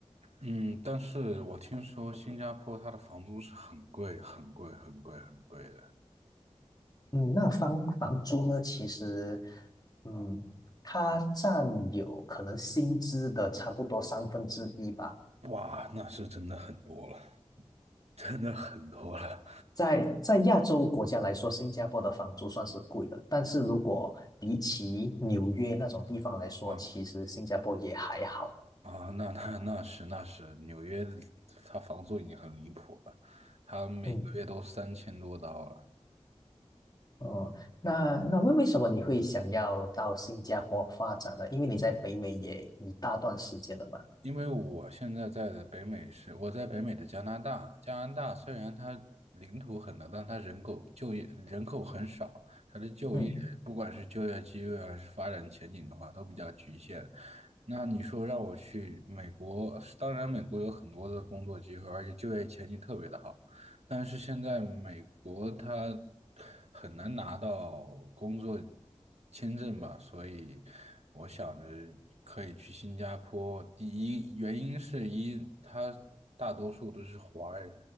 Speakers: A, on the right; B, on the left.
A: 嗯，但是我听说新加坡它的房租是很贵、很贵、很贵、很贵的。
B: 嗯，那房房租呢？其实，嗯，它占有可能薪资的差不多三分之一吧。
A: 哇，那是真的很多了，真的很多了
B: 在在亚洲国家来说，新加坡的房租算是贵的，但是如果比起纽约那种地方来说，
A: 啊
B: 其实新加坡也还好。
A: 啊！那那那是那是，纽约它房租已经很离谱了，它每个月都三千多刀了。
B: 嗯，哦，那那为为什么你会想要到新加坡发展呢？因为你在北美也一大段时间了嘛。
A: 因为我现在在的北美是我在北美的加拿大，加拿大虽然它领土很大，但它人口就业人口很少，它的就业不管是就业机会还是发展前景的话，
B: 嗯
A: 都比较局限。那你说让我去美国，当然美国有很多的工作机会，而且就业前景特别的好。但是现在美国它很难拿到工作签证吧，所以我想着可以去新加坡。第一原因是一，它大多数都是华人，